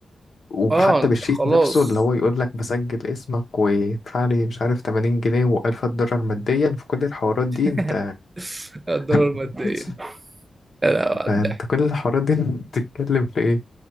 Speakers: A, on the left (about 60°); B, on the right (about 25°).
A: وحتى
B: أه أنت
A: بالشيت
B: خلاص
A: نفسه اللي هو يقول لك بسجل اسمك ويدفع لي مش عارف 80 جنيه و1000 دولار ماديا في كل الحوارات دي
B: <laughs>
A: انت
B: الدورة
A: <laughs>
B: المادية لا لا، وقع
A: فانت كل الحوارات دي بتتكلم في ايه